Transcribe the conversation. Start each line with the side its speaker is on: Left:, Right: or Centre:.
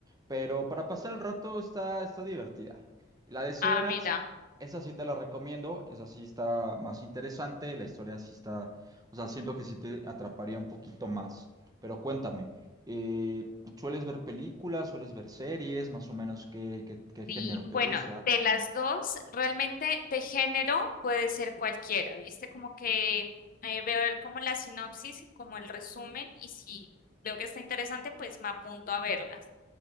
Right: pero para pasar el rato está, está divertida. Y La de Severance,
Left: Ah, mira.
Right: esa sí te la recomiendo, esa sí está más interesante, la historia sí está, o sea, siento que sí te atraparía un poquito más, pero cuéntame, eh, ¿sueles ver películas, sueles ver series, más o menos qué, qué, qué género
Left: Sí,
Right: te
Left: bueno,
Right: gusta?
Left: de las dos, realmente de género puede ser cualquiera, ¿viste? Como que eh, veo el- como la sinopsis, como el resumen, y si veo que está interesante, pues me apunto a verlas.